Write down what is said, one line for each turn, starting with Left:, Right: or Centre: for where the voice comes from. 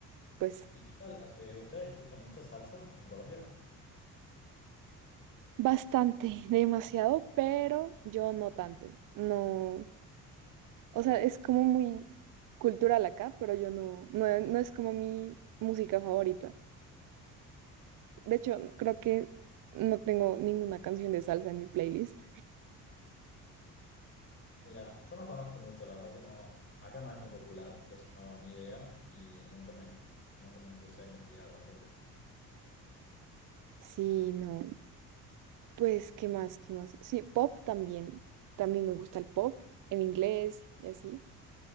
Right: pues
Left: ¿Y qué tal? Os- eh, ¿ustedes escuchan mucha salsa en Colombia?
Right: bastante, <laughs> demasiado, pero yo no tanto. No, o sea, es como muy cultural acá, pero yo no, no, no es como mi música favorita. De hecho, creo que no tengo ninguna canción de salsa en mi playlist.
Left: Mira, yo no conozco mucho, la verdad que no, acá no es muy popular, entonces no, ni idea, y nunca me, nunca me puse a investigar tampoco.
Right: Sí, no, pues, ¿qué más? ¿Qué más? Sí, pop también. También me gusta el pop en inglés y así.